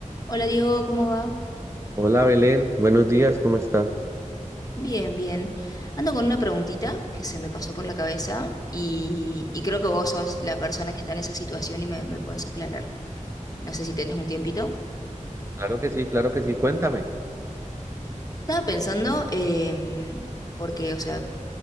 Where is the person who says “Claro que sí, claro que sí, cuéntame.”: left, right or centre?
Right